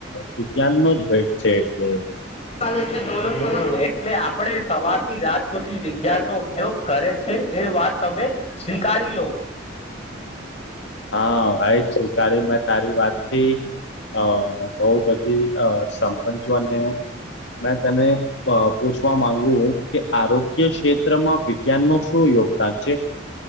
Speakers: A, on the left; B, on the left.
A: વિજ્ઞાન નો જ ભેટ છે એટલે
B: હ એટલે આપણે સવાર થી રાત સુધી વિજ્ઞાન નો ઉપયોગ કરે છે એ વાત તમે સ્વીકારી લો
A: હા ભાઈ સ્વીકારી મેં તારી વાતથી અ બહુ બધી સમભજો અને મેં તેને પૂછવા માંગ કે આરોગ્ય ક્ષેત્રમાં વિજ્ઞાન નું શું યોગદાન છે